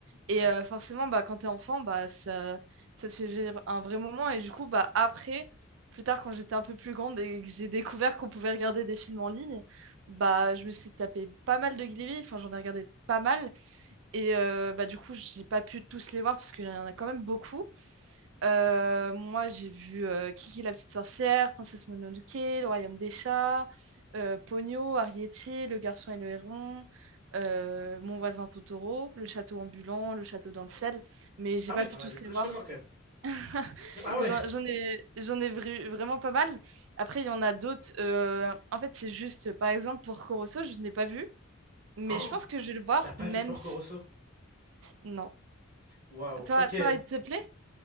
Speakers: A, on the right; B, on the right.
A: Et
B: mm.
A: euh, forcément, bah, quand t'es enfant, bah, ça, ça se fait vivre un vrai moment. Et du coup, bah, après, plus tard, quand j'étais un peu plus grande et que j'ai découvert qu'on pouvait regarder des films en ligne, bah, je me suis tapé pas mal de Glee. Enfin, j'en ai regardé pas mal. Et euh, bah, du coup, j'ai pas pu tous les voir parce qu'il y en a quand même beaucoup. Euh, moi, j'ai vu euh, Kiki la petite sorcière, Princesse Mononoke, Le Royaume des chats, euh, Ponyo, Arrietty, Le garçon et le héron, euh, Mon voisin Totoro, Le château ambulant, Le château dans le ciel, mais j'ai
B: Ah
A: pas
B: ouais, t'en
A: pu tous
B: avais plus
A: les voir.
B: que moi quand même.
A: <laughs>
B: Mm, Ah ouais?
A: J'en j'en ai, j'en ai vru- vraiment pas mal. Après, il y en a d'autres. euh, en fait, c'est juste, par exemple, pour Corosso, je ne l'ai pas vu, mais
B: Oh,
A: je pense que je vais le voir,
B: t'as pas
A: même
B: vu Porco
A: si...
B: Rosso?
A: Non.
B: Waouh,
A: Toi,
B: ok.
A: toi, il te plaît?